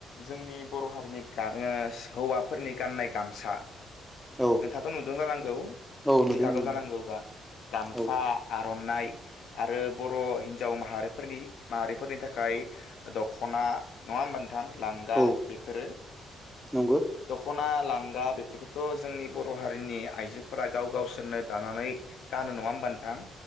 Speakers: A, on the left; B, in the centre.
A: जोंनि बर' हारिनि ओ हौवाफोरनि गाननाय गामसा
B: औ
A: नोंथाङाथ' नुदों जानांगौ
B: औ
A: मिथिखागौ
B: नुदों नुदों
A: जानांगौ गामसा
B: औ
A: फाननाय आरो बर' हिनजाव माहारिफोरनि माहारिफोरनि थाखाय दख'ना नङा होमबा गोथां लांगा
B: औ
A: बेफोरो
B: नंगौ
A: दख'ना लांगा ङुंगा बेफोरखौथ' जोंनि बर' हारिनि आइजोफोरा गाव गावसोरनो दानानै गानो नङा होमबा नोंथां।